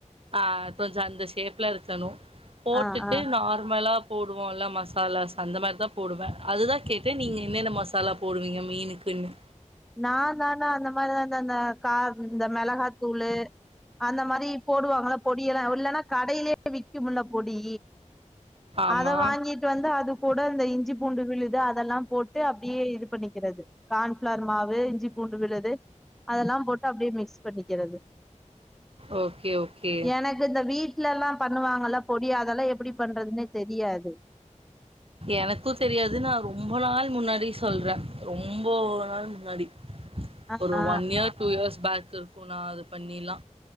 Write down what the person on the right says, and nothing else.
அ கொஞ்சோ அந்த ஷேப்ல இருக்கணு போட்டுட்டு
நார்மலா போடுவோல்ல மசாலாஸ் அந்த மாரி தா போடுவே அதுதா கேட்டே நீங்க என்னென்ன மசாலா போடுவீங்க மீனுக்குன்னு
ஆமா
ஓகே ஓகே
எனக்குத் தெரியாது நா ரொம்ப நாள் முன்னாடி சொல்றே ரொம்போ நாள் முன்னாடி
ஒரு
one year two years back இருக்கு நா அது பண்ணிலா